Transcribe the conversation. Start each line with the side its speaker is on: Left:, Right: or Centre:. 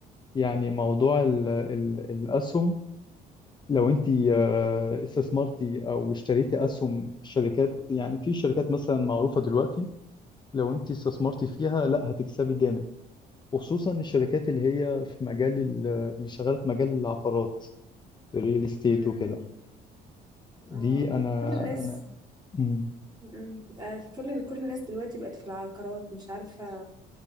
Left: يعني موضوع ال ال الاسهم لو انت
Right: مم.
Left: آه، استثمرتي او اشتريتي اسهم في شركات يعني في شركات مثلا معروفه دلوقتي لو انت استثمرتي فيها لا هتكسبي جامد وخصوصا الشركات اللي هي في مجال ال- اللي شغاله في مجال العقارات الريل استيت
Right: مم.
Left: وكده دي
Right: اه آه.
Left: انا
Right: كل الناس
Left: انا مم.
Right: مم. آه، كل كل الناس دلوقتي بقت في العقارات مش عارفة